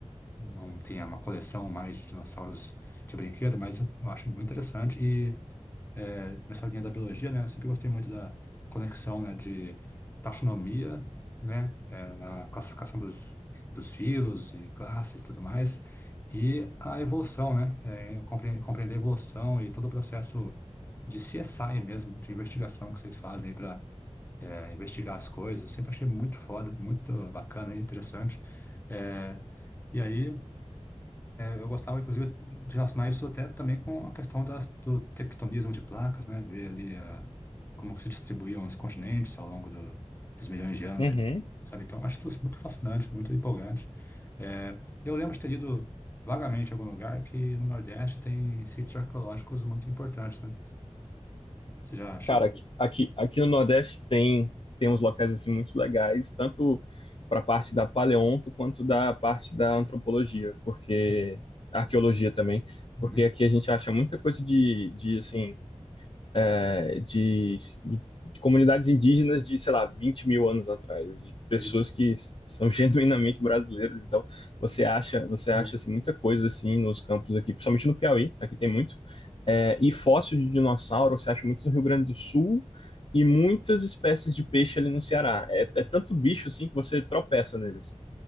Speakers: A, on the left; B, on the left.
A: não tinha uma coleção mais de dinossauros de brinquedo, mas eu acho muito interessante. E é, nessa linha da biologia, né, eu sempre gostei muito da conexão, né, de taxonomia, né, é, na classificação dos, dos filos e classes e tudo mais, e a evolução, né, é, eu compre- compreender a evolução e todo o processo de CSI mesmo, de investigação que vocês fazem para investigar as coisas. Eu sempre achei muito foda, muito bacana e interessante. É, e aí eu gostava, inclusive, de relacionar isso até também com a questão das, do tectonismo de placas, né? Ver ali a, como se distribuíam os continentes ao longo do- dos milhões de anos,
B: Uhum.
A: aí, sabe? Então, acho isso muito fascinante, muito empolgante. É, eu lembro de ter lido vagamente em algum lugar que no Nordeste tem sítios arqueológicos muito importantes, né? Você já chegou?
B: Cara, aqui, aqui, aqui no Nordeste tem, tem uns locais assim muito legais, tanto para a parte da paleonto quanto da parte da antropologia, porque
A: Sim.
B: arqueologia também,
A: Uhum.
B: porque aqui a gente acha muita coisa de, de assim é, de, de- de comunidades indígenas de, sei lá, 20 mil anos atrás, de pessoas
A: E-
B: que s- são <laughs> genuinamente brasileiras. Então, você acha, você
A: Sim.
B: acha assim, muita coisa assim nos campos aqui, principalmente no Piauí, aqui tem muito. É, e fóssil de dinossauro, você acha muito no Rio Grande do Sul e muitas espécies de peixe ali no Ceará. É, é tanto bicho assim que você tropeça neles.